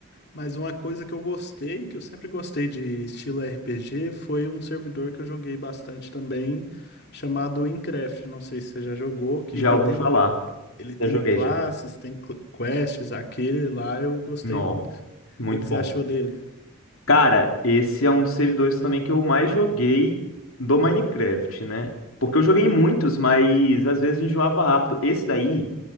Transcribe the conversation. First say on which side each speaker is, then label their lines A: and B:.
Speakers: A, on the left; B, on the left.
A: Mas uma coisa que eu gostei, que eu sempre gostei de estilo RPG, foi um servidor que eu joguei bastante também, chamado InCraft. Não sei se você já jogou, que
B: Já
A: ele
B: ouvi
A: tem
B: falar,
A: ele tem
B: já joguei
A: classes,
B: já.
A: tem cl- quests, aquele lá eu gostei
B: Nossa,
A: muito.
B: muito
A: O que que
B: bom.
A: você achou dele?
B: Cara, esse é um dos servidores também que eu mais joguei do Minecraft, né? Porque eu joguei muitos, mas às vezes enjoava rápido. Esse daí,